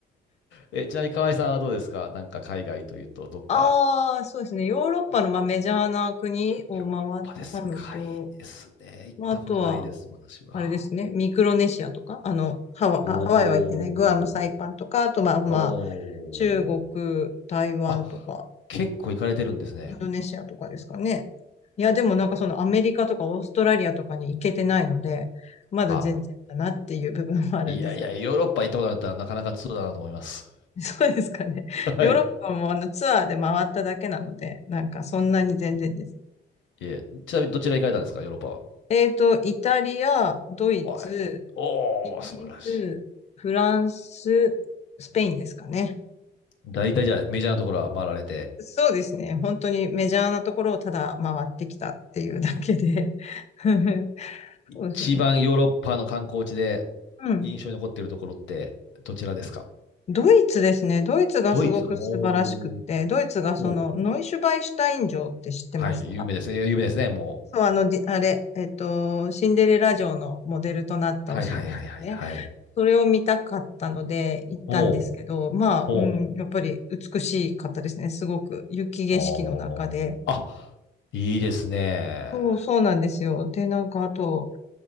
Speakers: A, on the left; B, on the left.
A: え、ちなみに河合さんはどうですかなんか、海外というと、どっか。
B: ああ、そうですね。ヨーロッパのまあメジャーな国を回ったのと、
A: おヨーロッパですか。いいですね。行ったことないです、
B: まああとは、
A: 私は。
B: あれですね、ミクロネシアとか、あの、ハワ、
A: おー。
B: あハワイは行ってない、グアム、サイパンとか、あとまあまあ、
A: おー。
B: 中国、台湾とか、
A: あ、結構行かれてるんですね。
B: インドネシアとかですかね。いや、でもなんかそのアメリカとかオーストラリアとかに行けてないので、まだ全然だなっていう部分はあるんですが。
A: あ、いやいや、ヨーロッパ行ったことあるんだったら、なかなか通だなと思います。
B: <laughs> そうですかね。
A: <laughs> はい。
B: ヨーロッパもあのツアーで回っただけなので、なんかそんなに全然です。
A: いえ、ちなみにどちら行かれたんですか、ヨーロッパは。
B: えっと、イタリア、ドイツ、
A: おい。おー、
B: イギリス、
A: 素晴らしい。
B: フランス、スペインですかね。
A: 大体じゃあメジャーなところは回られて、
B: そうですね。本当にメジャーなところをただ回ってきたっていうだけで。<laughs>
A: 一番ヨーロッパの観光地で
B: そうですね。うん。
A: 印象に残っているところってどちらですか
B: ドイツですね。ドイツがすごく素晴らしくって、
A: ドイツ。おー。
B: ドイツがそのノイシュバイシュタイン城って知ってますか
A: おー。はい、有名ですね。いや有名ですね、もう。
B: そう、あの、じあれ、えっと、シンデレラ城のモデルとなったお城ですよね。
A: はいはいはいはいはい。
B: それを見たかったので行ったんですけど、
A: おー。
B: まあ、
A: おー。
B: うん、やっぱり美しかったですね。すごく雪景色の中で。
A: あー。あ、いいですね。
B: そう、そうなんですよ。で、なんかあと、